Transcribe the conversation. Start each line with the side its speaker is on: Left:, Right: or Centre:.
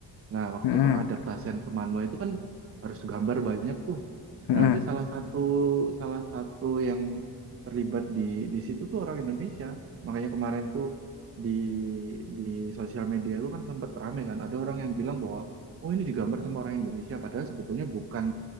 Right: Nah, waktu
Left: hmm, hmm.
Right: pengadaptasian ke manual itu kan harus gambar banyak tuh.
Left: hmm.
Right: Nah, ada salah satu salah satu yang terlibat di di situ tuh orang Indonesia. Makanya kemarin tuh di di sosial media tuh kan sempat rame kan. Ada orang yang bilang bahwa oh ini digambar sama orang Indonesia padahal sebetulnya bukan